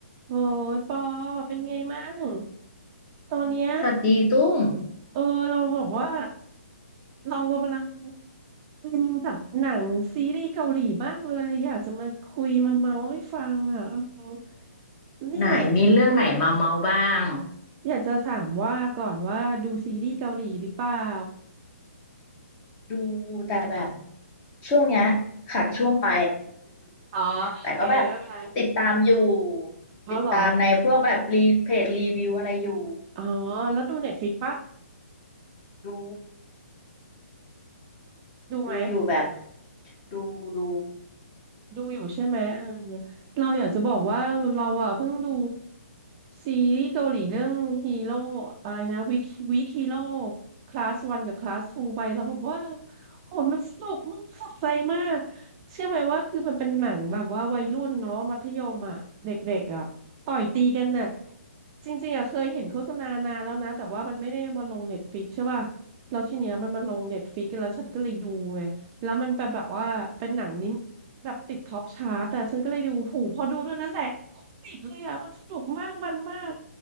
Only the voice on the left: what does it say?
สวัสดีตุ้ม
ไหนมีเรื่องไหนมาเมาบ้าง
ดูแต่แบบช่วงเนี้ยขาดช่วงไป
<laughs> แต่ก็แบบติดตามอยู่
ติดตามในพวกแบบรีเพจรีวิวอะไรอยู่
ดู
ดูอยู่แบบดูดู